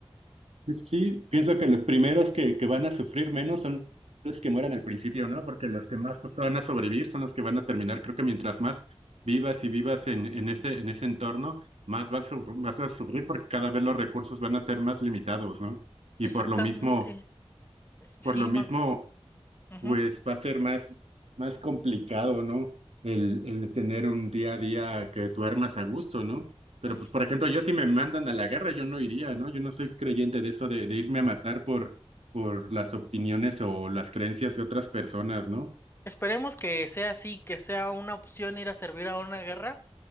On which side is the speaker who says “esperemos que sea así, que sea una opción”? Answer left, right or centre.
Left